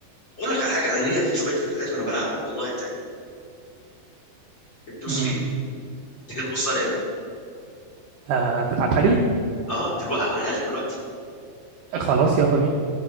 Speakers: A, on the left (about 30°); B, on the right (about 80°).
A: اقول لك على حاجة انا ليا في شوية فيديوهات وانا بلعب والله هتعجب هتدوس
B: امم
A: فيها تيجي تبص عليها
B: آه تبعتها لي
A: اه دلوقتي هوريها لك دلوقتي
B: خلاص يلا بينا